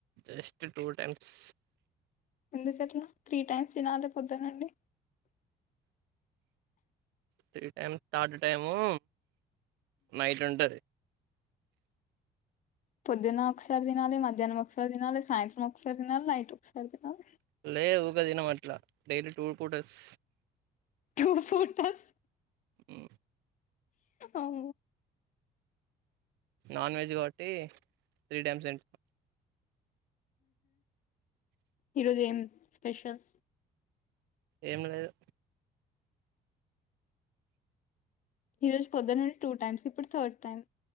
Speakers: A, on the right; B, on the left.
A: జస్ట్ టూ టైమ్స్
B: ఎందుకు అట్లా త్రీ టైమ్స్ తినాలి పొద్దున్ నుండి
A: త్రి టైమ్ తాడ్డ్ టై యము నైట్ ఉంట అది
B: పొద్దున ఒక్ సారి తినాలే మధ్యానం ఒక్ సారి తినాలే సాయంత్రం ఒక్ సారి తినాలే నైట్ ఒక్ సారి తినాలే
A: లే ఊక దినం అట్లా డెలీ టూ పూట అస్
B: టూ ఫూటఅస్
A: ఈ
B: అఓ
A: నాన్ వెజ్ కాబట్టి త్రీ టైమ్స్ తిన్
B: ఈరోజు ఏం స్పెషల్
A: ఏం లేదు
B: ఈ రోజు పొద్దున నుండి టూ టైమ్స్ ఇప్పుడు థర్డ్ టైమ్